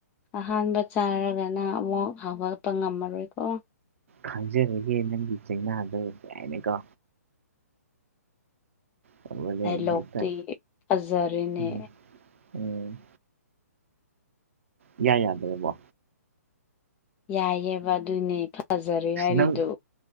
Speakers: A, on the left (about 15°); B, on the right (about 50°).
A: ꯑꯍꯥꯟꯕ ꯆꯥꯔꯒꯅ ꯑꯃꯨꯛ ꯍꯧꯒꯠꯄ ꯉꯝꯃꯔꯣꯏꯀꯣ
B: ꯈꯪꯖꯔꯒꯦ ꯅꯪꯒꯤ ꯆꯩꯅꯥꯗꯣ ꯀꯥꯏꯅꯀꯣ ꯇꯧꯔꯒ
A: ꯗꯥꯏꯂꯣꯛꯇ
B: ꯍꯦꯛꯇ
A: ꯑꯖꯔꯅꯦ
B: ꯎꯝ ꯎꯝ ꯏꯌꯥ ꯌꯥꯗ꯭ꯔꯦꯕꯣ
A: ꯌꯥꯏꯑꯦꯕ ꯑꯗꯨꯅꯦ ꯐꯖꯔꯦ ꯍꯥꯏꯔꯤꯗꯣ
B: ꯅꯪ